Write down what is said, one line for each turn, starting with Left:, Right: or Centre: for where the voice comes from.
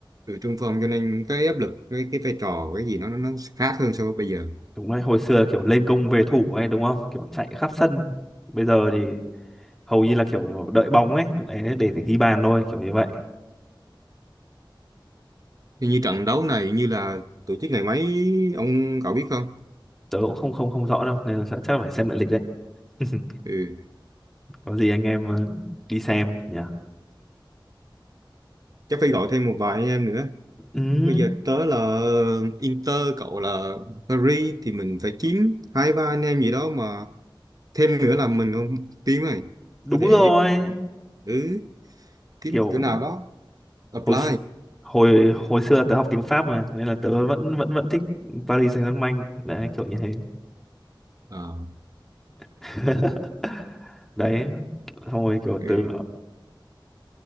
Right: từ trung phong cho nên cái áp lực cái cái vai trò cái gì nó nó nó khác hơn so với bây giờ
Centre: đúng đấy hồi xưa kiểu lên công về thủ ấy đúng không kiểu chạy khắp sân bây giờ thì hầu như là kiểu đợi bóng ấy để để ghi bàn thôi kiểu như vậy
Right: như, như trận đấu này như là tổ chức ngày mấy ông cậu biết không
Centre: tớ cũng không không không rõ đâu nên là chắc chắc là phải xem lại lịch đấy <laughs>
Right: ừ.
Centre: có gì anh em ờ, đi xem nhỉ
Right: chắc phải gọi thêm một vài anh em nữa
Centre: <laughs> ừ,
Right: Bây giờ tớ là Inter, cậu là Paris thì mình phải kiếm hai ba anh em gì đó mà thêm nữa là mình không tiếng rồi.
Centre: đúng
Right: Có thể
Centre: rồi
Right: ừ, kiếm
Centre: kiểu
Right: chỗ nào đó apply.
Centre: hồi x- hồi hồi xưa tớ học tiếng Pháp mà nên là tớ vẫn vẫn vẫn thích Paris Saint-Germain đấy kiểu như thế
Right: À,
Centre: <laughs> đấy thôi kiểu
Right: ừ,
Centre: từ